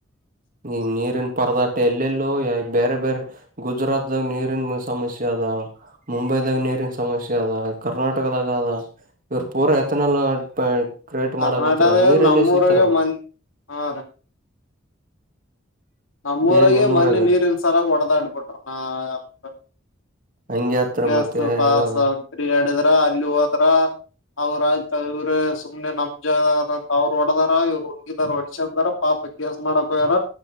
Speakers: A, on the right (about 45°); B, on the left (about 75°).
A: ಈ ನೀರಿನ ಪರದಾಟ ಎಲ್ಲೆಲ್ಲೋ ಬೇರೆ ಬೇರೆ ಗುಜರಾತ್ಾಗ ನೀರಿನ ಸಮಸ್ಯೆ ಅ ಮುಂಬೈದಾಗ ನೀರಿನ ಸಮಸ್ಯೆ ಅದ ಕರ್ನಾಟಕದಾಗ ಅದ ಇವ್ರ ಪೂರಾ ಎತನಲ್ಲ ಕ್ರಿಯೇಟ್
B: ಕರ್ನಾಟಕದಾಗ
A: ಮಾಡಕತ್ರ ನೀರೆಲ್ಲಿ
B: ನಮ್ಮೂರಾಗ
A: ಸಿಂತಾರ
B: ಮನ್ ಹಾ ನಮ್ಮೂರಗೆ
A: ಏನ್ ನಿಮ್ಮೂರಾಗ
B: ಮನೆ ನೀರಿನ್ಸರಾಗ ಒಡೆದಾಡ್ಬಿಟ್ರ ನ ಯಪ
A: ಹಂಗೆ ಆತ್ರ
B: ಎಸ್ು
A: ಮತ್ತೆ
B: ಪ
A: ಇವಾಗ
B: ಎ ಹ ಅಲ್ಲಿ ಹೋದ್ರ ಅವ್ರ್ತವ್ರ ಸುಮ್ನೆ ನಮ್ ಜದ ಅವ್ರು ಹೊಡದಾರ ಇವ್ರು ಹುಗಿದಾರ ಹೊಡಶದಾರ ಪಾಪ ಕೇಸ್ ಮಾಡಕ್ೋಯ್ಯಾರ